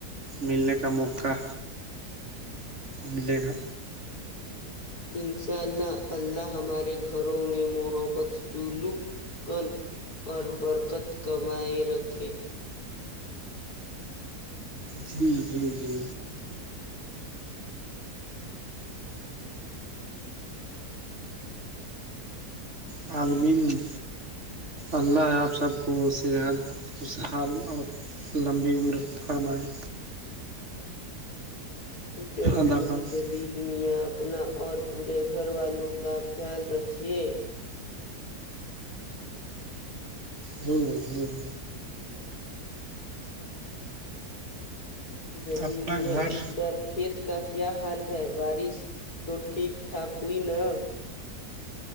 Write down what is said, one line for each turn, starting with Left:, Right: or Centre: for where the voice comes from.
Right: ملنے کا موقع ملے گا
Left: انشاء اللہ اللہ ہمارے گھروں میں محبت سلوک کن اور برکت کمائی رکھے
Right: جی جی جی علمین <unintelligible> اللہ آپ سب کو صحت خوشحال اور لمبی عمر فرمائیں
Left: ضرور
Right: ادا فرمائے
Left: جل <unintelligible> لیل میاں اپنا اور پورے گھر والوں کا خیال رکھیے
Right: ھممم ھمم
Left: جلیل
Right: اپنا
Left: میاں
Right: گھر
Left: اس بار کھیت کا کیا حال ہے بارش تو ٹھیک ٹھاک ہوئی نا